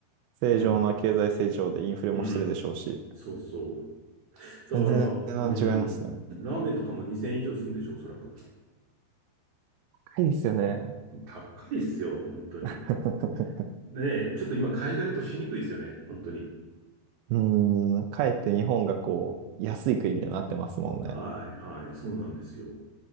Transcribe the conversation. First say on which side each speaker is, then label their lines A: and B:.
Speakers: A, on the right; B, on the right.
A: 正常な経済成長でインフレもしてるでしょうし、
B: うん。うん。そうそう。
A: 全然値段違いますね。
B: だから、うん。ラーメンとかも2000円以上するんでしょ、おそらく。
A: 高いですよね。
B: 高いっすよ、本当に。
A: <laughs>
B: ねえ、ちょっと今海外旅行しにくいですよね、本当に。
A: うーん、かえって日本がこう、安い国みたいになってますもんね。
B: はいはい、そうなんですよ。